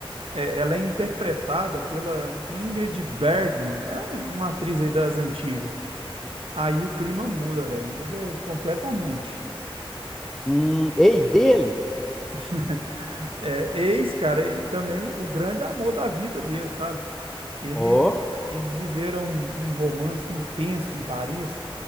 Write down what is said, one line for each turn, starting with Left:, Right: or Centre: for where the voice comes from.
Right: É, ela é interpretada pela Ingrid Bergman. É um- uma atriz aí das antigas. Aí o clima muda, velho. Muda completamente.
Centre: Hum, ex dele?
Right: <laughs> É, ex, cara, e também o, o grande amor da vida dele, sabe? Eles,
Centre: Ó,
Right: eles viveram um, um romance intenso em Paris,